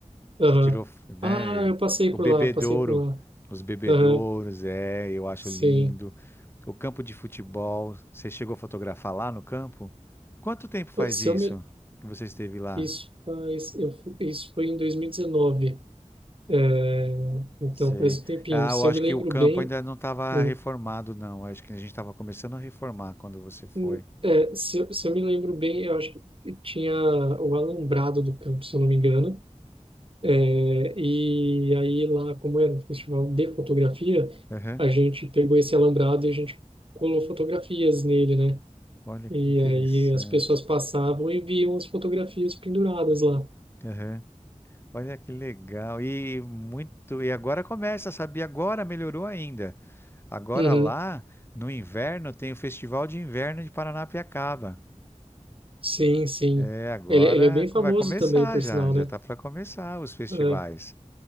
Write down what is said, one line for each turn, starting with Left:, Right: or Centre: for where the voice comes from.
Right: aham.
Left: Você tirou, né?
Right: Ah, eu passei
Left: O
Right: por
Left: bebedouro,
Right: lá, passei por lá.
Left: os bebedouros,
Right: Aham,
Left: é, eu acho
Right: sim.
Left: lindo. O campo de futebol, você chegou a fotografar lá no campo? Quanto tempo faz
Right: Se
Left: isso
Right: eu me...
Left: que você esteve lá?
Right: Isso faz... Eu, fu- isso foi em 2019. É, então,
Left: Sei.
Right: faz um tempinho.
Left: Ah,
Right: Se
Left: eu acho
Right: eu me lembro
Left: que o campo
Right: bem...
Left: ainda não estava
Right: hum,
Left: reformado, não. Acho que a gente estava começando a reformar quando você foi.
Right: hum, é, se, eu- se eu me lembro bem, eu acho que tinha o alambrado do campo, se eu não me engano. É, e aí lá, como era um festival de fotografia,
Left: Aham.
Right: a gente pegou esse alambrado e a gente colou fotografias nele, né?
Left: Olha
Right: E
Left: que interessante.
Right: aí as pessoas passavam e viam as fotografias penduradas lá.
Left: Aham. Olha que legal. E muito. E agora começa, sabia? Agora melhorou ainda. Agora
Right: Uhum.
Left: lá, no inverno, tem o Festival de Inverno de Paranapiacaba.
Right: Sim, sim.
Left: É, agora
Right: Ele, ele é bem
Left: co-
Right: famoso
Left: vai começar
Right: também, por
Left: já.
Right: sinal,
Left: Já
Right: né?
Left: tá para começar os festivais.
Right: É,